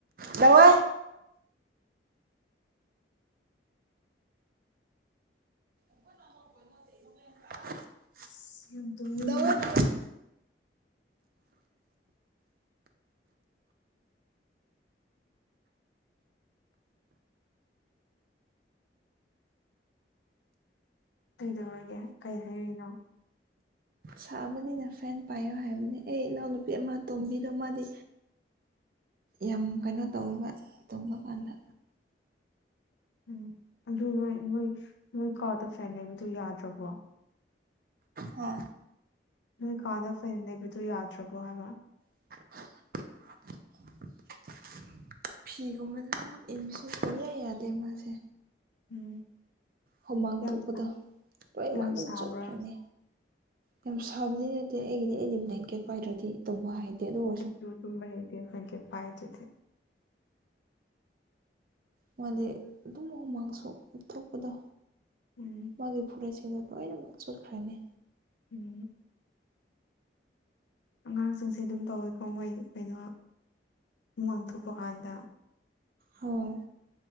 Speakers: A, on the right; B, on the left.
A: ꯇꯧ <unintelligible> <unintelligible>
B: ꯑꯁ ꯌꯥꯝ ꯇꯝꯅꯤꯡꯉꯦ
A: ꯗꯋꯥꯏ ꯗꯋꯥꯏ
B: ꯀꯩꯗꯧꯔꯒꯦ ꯀꯩ ꯍꯥꯏꯔꯤꯅꯣ
A: ꯁꯥꯕꯅꯤꯅ ꯐꯦꯟ ꯄꯥꯏꯌꯣ ꯍꯥꯏꯕꯅꯦ ꯑꯩ ꯏꯅꯥꯎꯅꯨꯄꯤ ꯑꯃ ꯇꯣꯝꯕꯤꯗꯣ ꯃꯥꯗꯤ꯫ ꯌꯥꯝ ꯀꯩꯅꯣ ꯇꯧꯋꯦꯕ ꯇꯨꯝꯕ ꯀꯥꯟꯗ
B: ꯎꯝ ꯑꯗꯨ ꯅꯣꯏ ꯅꯣꯏ ꯅꯣꯏ ꯀꯥꯗ ꯐꯦꯟ ꯂꯩꯕꯗꯣ ꯌꯥꯗ꯭ꯔꯕꯣ
A: ꯍꯣꯏ
B: ꯅꯣꯏ ꯀꯥꯗ ꯐꯦꯟ ꯂꯩꯕꯗꯣ ꯌꯥꯗ꯭ꯔꯕꯣ ꯍꯥꯏꯕ
A: <unintelligible> ꯐꯤꯒꯨꯝꯕ ꯑꯗꯨꯝ ꯏꯟꯕꯁꯦ ꯁꯨꯛꯌꯥ ꯌꯥꯗꯦ ꯃꯥꯁꯦ
B: ꯎꯝ
A: ꯍꯨꯃꯥꯡ
B: ꯌꯥꯝ
A: ꯊꯣꯛꯄꯗ ꯂꯣꯏꯅꯃꯛ
B: ꯌꯥꯝ
A: ꯑꯗꯨꯝ
B: ꯁꯥꯕ꯭ꯔꯥ
A: ꯆꯣꯠꯈ꯭ꯔꯅꯤ ꯌꯥꯝ ꯁꯥꯕꯗꯤ ꯅꯠꯇꯦ ꯑꯩꯒꯤꯗꯤ ꯑꯩꯗꯤ ꯕ꯭ꯂꯥꯡꯀꯦꯠ ꯄꯥꯏꯗ꯭ꯔꯗꯤ ꯇꯨꯝꯃꯣ ꯍꯥꯏꯗꯦ ꯑꯗꯣ
B: ꯑꯩꯁꯨ ꯇꯨꯝꯕ ꯍꯩꯇꯦ ꯕ꯭ꯂꯥꯡꯀꯦꯠ ꯄꯥꯏꯗ꯭ꯔꯗꯤ
A: ꯃꯥꯗꯤ ꯑꯗꯨꯝ ꯍꯨꯃꯥꯡ ꯁꯧꯕ ꯊꯣꯛꯄꯗꯣ
B: ꯎꯝ
A: ꯃꯥꯒꯤ ꯐꯨꯔꯤꯠꯁꯤꯡꯗꯣ ꯂꯣꯏꯅꯃꯛ ꯆꯣꯠꯈ꯭ꯔꯅꯤ
B: ꯎꯝ ꯑꯉꯥꯡꯁꯤꯡꯁꯦ ꯑꯗꯨꯝ ꯇꯧꯋꯦꯀꯣ ꯃꯣꯏ ꯀꯩꯅꯣ ꯍꯨꯃꯥꯡ ꯊꯣꯛꯄ ꯀꯥꯟꯗ
A: ꯍꯣꯏ